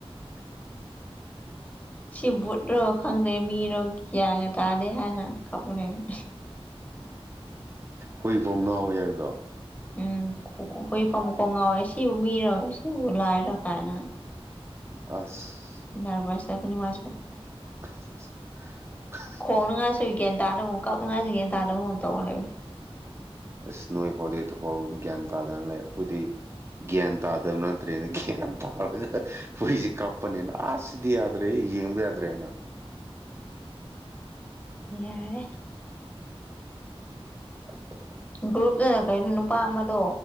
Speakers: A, on the left; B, on the right.
A: ꯁꯤ ꯕꯨꯠꯔꯣ ꯈꯪꯗꯦ ꯃꯤꯔꯣ ꯀꯌꯥꯒ ꯇꯥꯗꯦ ꯍꯥꯏꯅ ꯀꯕ ꯂꯩꯕ
B: ꯍꯨꯏꯐꯥꯎ ꯉꯥꯎꯋꯦ ꯍꯥꯏꯗꯣ
A: ꯎꯝ ꯍꯨꯏꯐꯝ ꯀꯣꯡ ꯉꯥꯎꯋꯦ ꯁꯤꯕꯨ ꯃꯤꯔꯣꯏ ꯁꯤꯕꯨ ꯂꯥꯏꯔ ꯀꯥꯏꯅ
B: ꯑꯁ
A: ꯔꯕꯔ ꯆꯥꯏꯕꯨ ꯃꯥꯏ ꯁ
B: <unintelligible>
A: ꯈꯣꯡꯅ ꯉꯥꯁꯨ ꯒꯦꯟ ꯇꯥꯗꯕꯨ ꯀꯞꯅ ꯉꯥꯏꯁꯨ ꯒꯦꯟ ꯇꯥꯗꯕꯒꯨꯛ ꯇꯧꯅ ꯂꯩꯕꯅꯤ
B: ꯏꯁꯁ ꯅꯣꯏ ꯐꯣꯗꯦ ꯑꯗꯨꯐꯥꯎ ꯒ꯭ꯌꯥꯟ ꯇꯥꯗꯅ ꯂꯩ ꯑꯩꯈꯣꯏꯗꯤ ꯭ꯟꯇꯥꯗꯕꯅꯗ꯭ꯔꯅ ꯭ꯟꯇꯥ ꯄꯨꯁꯤ ꯀꯞꯄꯅꯦꯅꯤꯅ ꯑꯁ ꯁꯤꯗꯤ ꯌꯥꯗ꯭ꯔꯦꯍꯦ ꯌꯦꯡꯕ ꯌꯥꯗ꯭ꯔꯦ ꯍꯥꯏꯅ
A: ꯌꯥꯔꯦ
B: <unintelligible>
A: ꯒ꯭ꯔꯨꯞꯇꯅ ꯀꯩꯅꯣ ꯅꯨꯄꯥ ꯑꯃꯗꯣ